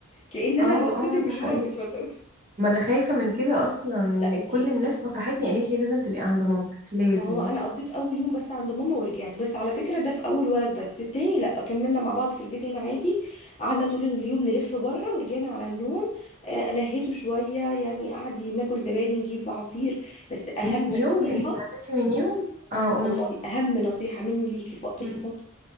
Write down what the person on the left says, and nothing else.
كأن انا
اللي بتفتن
مش
هو اللي بيتفتن
لا انتي
ما هو انا قضيت اول يوم بس عند ماما ورجعت بس على فكره ده في اول ولد بس التاني لا كملنا مع بعض في البيت هنا عادي قعدنا طول اليوم لف بره ورجعنا على النوم آه لهيته شويه يعني قعد ناكل زبادي نجيب عصير بس اهم
نصيحه
والله اهم نصيحه مني ليكي في وقت الفطام